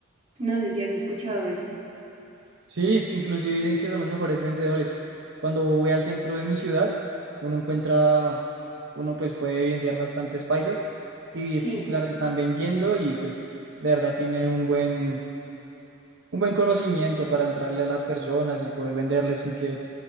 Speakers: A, on the right; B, on the right.
A: No sé si has escuchado eso.
B: Sí, inclusive dicen que son los mejores vendedores. Cuando voy al centro de mi ciudad, uno encuentra, uno pues puede evidenciar bastantes paisas y
A: Sí,
B: es- sí, claro, están vendiendo y pues de verdad tienen un buen, un buen conocimiento para entrarle a las personas y poder venderles sin que,